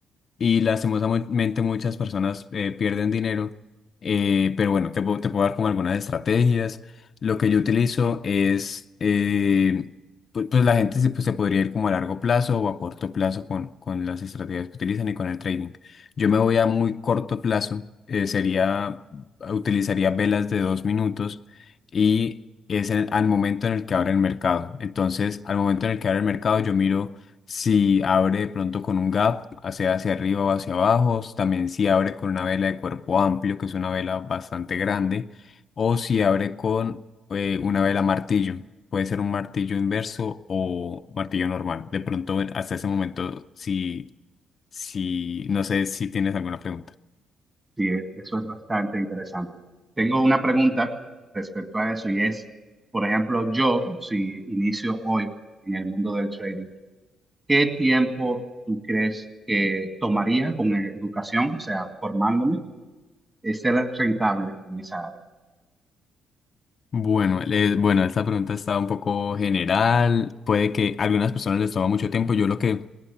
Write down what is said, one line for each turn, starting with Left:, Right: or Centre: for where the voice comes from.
Left: y lastimosamente muchas personas eh, pierden dinero, eh, pero bueno, te, puedo- te puedo dar como algunas estrategias. Lo que yo utilizo es, eh, pues, pues la gente se, pues, se podría ir como a largo plazo o a corto plazo con, con las estrategias que utilizan y con el trading. Yo me voy a muy corto plazo, eh, sería, utilizaría velas de dos minutos y es el- al momento en el que abre el mercado. Entonces, al momento en el que abre el mercado, yo miro si abre de pronto con un gap, hacia, hacia arriba o hacia abajo, también si abre con una vela de cuerpo amplio, que es una vela bastante grande, o si abre con eh, una vela martillo, puede ser un martillo inverso o martillo normal. De pronto, eh, hasta ese momento, si, si, no sé si tienes alguna pregunta.
Right: Sí, eso es bastante interesante. Tengo una pregunta respecto a eso y es, por ejemplo, yo si inicio hoy en el mundo del trading, ¿qué tiempo tú crees que tomaría con eh, educación, o sea, formándome, eh, ser rentable en esa área?
Left: Bueno, le- bueno, esta pregunta está un poco general, puede que a algunas personas les toma mucho tiempo, yo lo que...